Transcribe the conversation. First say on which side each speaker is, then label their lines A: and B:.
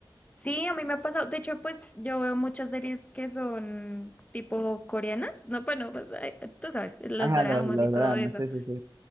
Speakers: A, on the left; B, on the right.
A: Sí, a mí me ha pasado. De hecho, pues yo veo muchas series que son tipo coreanas. No, bueno, pues, ay, tú sabes, los
B: Ajá,
A: doramas
B: los, los
A: y todo
B: dramas,
A: eso.
B: sí, sí, sí.